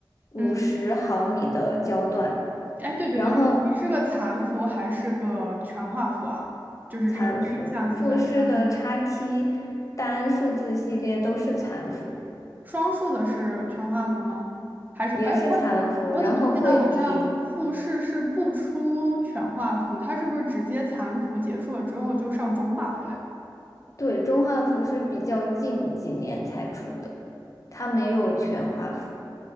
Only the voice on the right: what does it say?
嗯，哎，对对对，
你是个残幅还是个全画幅啊？就是这个这个相机本身。
双数的是全画幅吗？还是哎，
我我怎么记得好像复试是不出全画幅，
它是不是直接残幅结束了之后就上中画幅了呀？